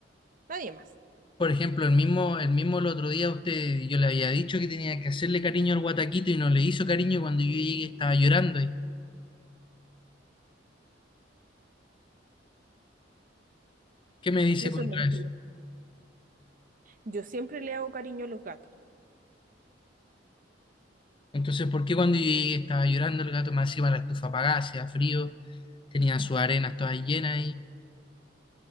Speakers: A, on the right; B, on the left.
A: nadie más.
B: Por ejemplo, el mismo, el mismo el otro día usted, yo le había dicho que tenía que hacerle cariño al guataquito y no le hizo cariño y cuando yo llegué estaba llorando. ¿Y ¿Qué me dice
A: Eso
B: contra
A: es mentira.
B: eso?
A: Yo siempre le hago cariño a los gatos.
B: Entonces, ¿por qué cuando yo llegué estaba llorando el gato? Más encima la estufa apagada, hacía frío, tenía sus arenas todas llenas ahí,